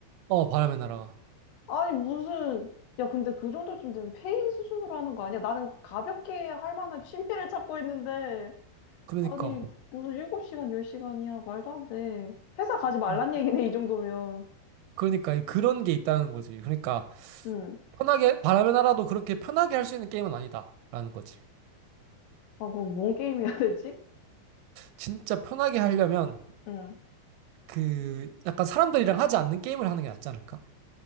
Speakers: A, on the right; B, on the left.
A: 어, 바람의 나라가.
B: 아니, 무슨, 야, 근데 그 정도쯤 되면 페인 수준으로 하는 거 아니야? 나는 가볍게 할 만한 취미를 찾고 있는데,
A: 그러니까.
B: 아니, 무슨 7시간, 10시간이야? 말도 안 돼. 회사 가지 말란
A: 어,
B: 얘기네, 이 정도면.
A: 그러니까, 이- 그런 게 있다는 거지. 그러니까,
B: 응.
A: 편하게 바람의 나라도 그렇게 편하게 할 수 있는 게임은 아니다라는 거지.
B: 아, 그럼 뭔 게임 해야 되지?
A: 진짜 편하게 하려면
B: 응.
A: 그 약간 사람들이랑 하지 않는 게임을 하는 게 낫지 않을까?